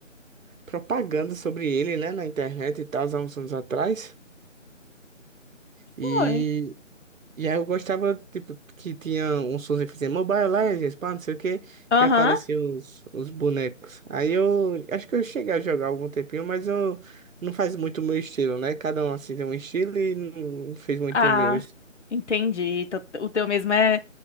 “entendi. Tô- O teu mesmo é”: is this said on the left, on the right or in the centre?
Left